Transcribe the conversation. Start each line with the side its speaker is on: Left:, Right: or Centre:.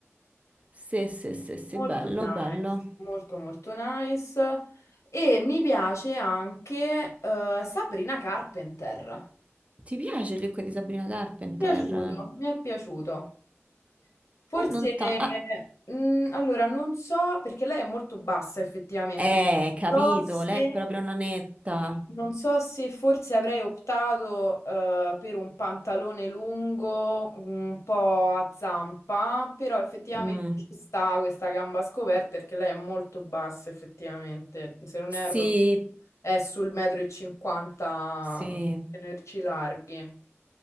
Right: sì, sì, sì, sì,
Left: molto
Right: bello,
Left: nice,
Right: bello.
Left: molto molto nice. E mi piace anche eh, Sabrina Carpenter.
Right: Ti piace il look di Sabrina Carpenter?
Left: Mi è piaciuto,
Right: Mm,
Left: mi è piaciuto. Forse,
Right: beh, non ta... Ah,
Left: mm, allora, non so, perché lei è molto bassa effettivamente,
Right: eh, capito,
Left: non so se,
Right: lei è proprio una netta.
Left: non so se forse avrei optato eh, per un pantalone lungo, un po' a zampa, però effettivamente
Right: Mm.
Left: ci sta questa gamba scoperta perché lei è molto bassa effettivamente, se non
Right: Sì,
Left: erro è sul metro e cinquanta,
Right: Sì,
Left: tenerci larghi.